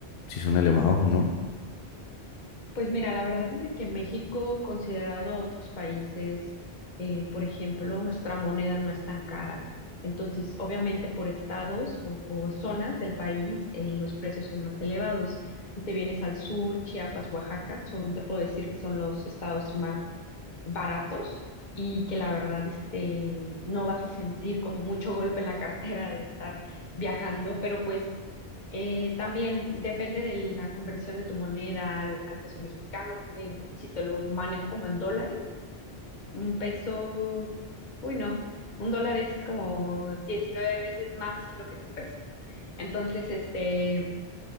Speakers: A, on the left; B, on the left.
A: si son elevados o no.
B: Pues mira, la verdad es de que México, considerado a otros países, eh, por ejemplo, nuestra moneda no es tan cara. Entonces, obviamente por estados o por zonas del país, eh, los precios son más elevados. Si te vienes al sur, Chiapas, Oaxaca, son, te puedo decir que son los estados más baratos y que la verdad este, no vas a sentir como mucho golpe en la cartera de estar viajando, pero pues eh, también depende de la conversión de tu moneda al, al peso mexicano. eh, si te lo manejo como en dólares, un peso, uy no, un dólar es como 19 veces más lo que es un peso. Entonces, este,